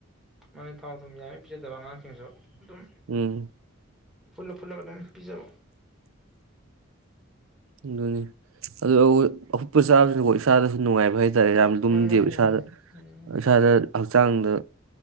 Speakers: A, in the centre; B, on the right.
A: ꯃꯅꯤ ꯊꯥꯎ ꯊꯝ ꯌꯥꯔꯤ ꯄꯤꯖꯗꯕ ꯑꯉꯥꯡꯁꯤꯡꯁꯨ ꯑꯗꯨꯝ
B: ꯎꯝ
A: ꯐꯨꯜꯂꯞ ꯐꯨꯜꯂꯒ ꯑꯗꯨꯝ ꯄꯤꯖꯕ
B: ꯑꯗꯨꯅꯤ ꯑꯗꯨꯣ ꯑꯍꯨꯞꯄ ꯆꯥꯕꯁꯤꯅꯀꯣ ꯏꯁꯥꯗꯁꯨ ꯅꯨꯡꯉꯥꯏꯕ ꯍꯥꯏꯇꯥꯔꯦ ꯍꯥꯏꯦ ꯌꯥꯝ ꯂꯨꯝꯗꯦꯕ
A: ꯃꯥꯅꯤ ꯃꯥꯅꯤ ꯅꯨꯡꯉꯥꯏꯅꯤ
B: ꯏꯁꯥꯗ
A: ꯎꯝ
B: ꯏꯁꯥꯗ ꯍꯛꯆꯥꯡꯗ